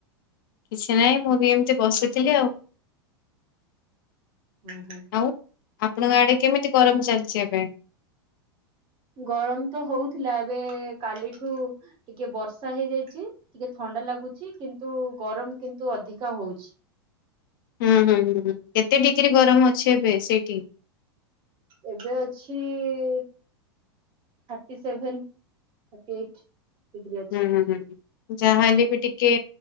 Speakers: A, on the left; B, on the right.
A: କିଛି ନାହିଁ ମୁଁ ବି ଏମିତି ବସିଥିଲି ଆଉ
B: ହୁଁ ହୁଁ।
A: ଆଉ ଆପଣଙ୍କ ଆଡେ କେମିତି ଗରମ ଚାଲିଛି ଏବେ
B: ଗରମ ତ ହଉଥିଲା ଏବେ କାଲିଠୁ ଟିକେ ବର୍ଷା ହେଇଯାଇଛି ଟିକେ ଥଣ୍ଡା ଲାଗୁଛି କିନ୍ତୁ ଗରମ କିନ୍ତୁ ଅଧିକା ହଉଛି
A: ହୁଁ ହୁଁ ହୁଁଁ କେତେ ଡିଗ୍ରୀ ଗରମ ଅଛି ଏବେ ସେଇ ଟି
B: ଏବେ ଅଛି thirty seven thirty eight degree ଅଛି।
A: ହୁଁ ହୁଁ ହୁଁ ହୁଁ ଯାହାହେଲେ ବି ଟିକେ